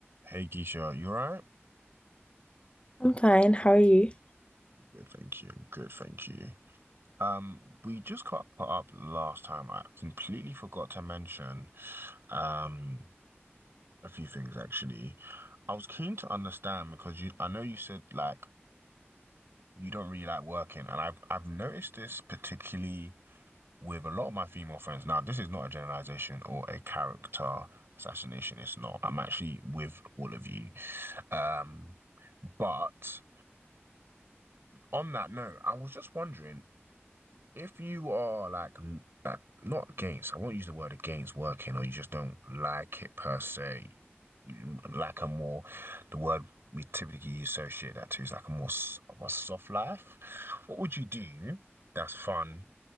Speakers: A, on the right; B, on the left.
A: Hey Keisha, you alright?
B: I'm fine. How are you?
A: Good, thank you. Good, thank you. Um, we just got put up last time. I completely forgot to mention um a few things actually. I was keen to understand because you I know you said like you don't really like working, and I've I've noticed this particularly with a lot of my female friends. Now, this is not a generalization or a character assassination, it's not. I'm actually with all of you. Um, but on that note, I was just wondering. if you are like n- like not against, I won't use the word against working, or you just don't like it per se. You like a more the word we typically associate that to is like a more s- of a soft life. What would you do that's fun